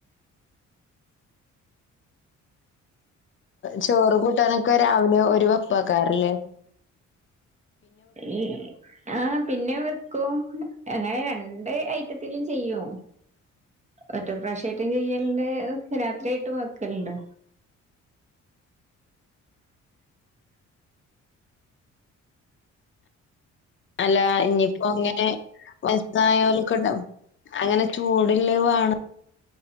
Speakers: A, on the left (about 40°); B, on the right (about 25°).
A: ചോറ് കൂട്ടാനൊക്കെ രാവിലെ ഒരു വെപ്പക്കാറല്ലേ
B: ഏ ആഹ് പിന്നെ വെക്കും അങ്ങനെ രണ്ട് ഐറ്റത്തിലും ചെയ്യോ ഒറ്റ പ്രവശ്യായിട്ടും ചെയ്യലുണ്ട് രാത്രിയായിട്ടും വെക്കലുണ്ട്
A: അല്ല ഇനിയിപ്പോ അങ്ങനെ വയസ്സായലക്കെണ്ട അങ്ങനെ ചൂടില്ലത് വാണം